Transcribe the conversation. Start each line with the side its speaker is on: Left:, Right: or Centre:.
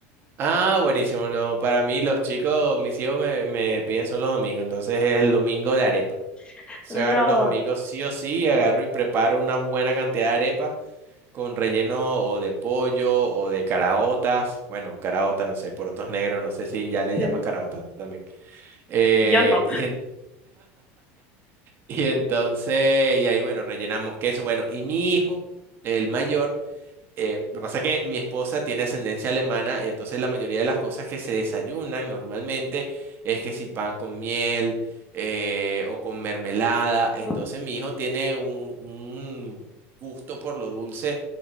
Right: Ah, buenísimo. lo- para mí los chicos, mis hijos me, me piden son los domingos, entonces es el domingo de arepa.
Left: <laughs>
Right: Se
Left: No,
Right: agarro los domingos sí o sí, agarro y preparo una buena cantidad de arepas con relleno o de pollo o de caraotas. Bueno, caraota, no sé, porotos negros, no sé si ya le
Left: sí,
Right: llamas caraota también. Eh,
Left: yo no.
Right: <laughs> y, en- y entonces, y ahí, bueno, rellenamos queso. Bueno, y mi hijo, el mayor eh, lo que pasa es que mi esposa tiene ascendencia alemana, y entonces la mayoría de las cosas que se desayunan normalmente es que si pan con miel eh, o con mermelada. Entonces
Left: Mm,
Right: mi hijo tiene un, un gusto por lo dulce